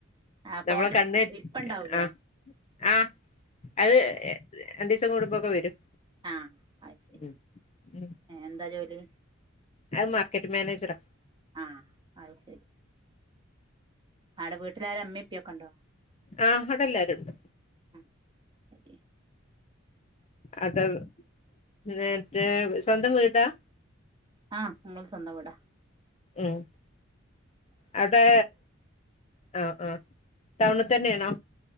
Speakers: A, on the right; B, on the left.
A: അപ്പൊ
B: നമ്മൾ
A: ഓന്റെ
B: കണ്ണ്
A: ഇപ്പ ഇണ്ടാവൂലേ
B: ആ ആ അത് രണ്ട ദിവസം കൂടുമ്പൊക്കെ വരും
A: ആ അയ് ശരി
B: ഉം ഉം
A: ഏ എന്താ ജോലി
B: അത് മാർക്കറ്റ് മാനേജറാ
A: ആഹ് അത് ശരി ആടെ വീട്ടിലര ഇമ്മ ഉപ്പിയൊക്കെ ഉണ്ടോ
B: ആ അവിടെ എല്ലരുണ്ട്
A: ആ ശരിയ
B: അതാ എന്നിട്ട് സ്വന്തം വീടാ
A: ആ നമ്മൾ സ്വന്തം വീട് ആ
B: ഉം അവിടെ ആ ആ ടൗണിൽ തന്നെയാണോ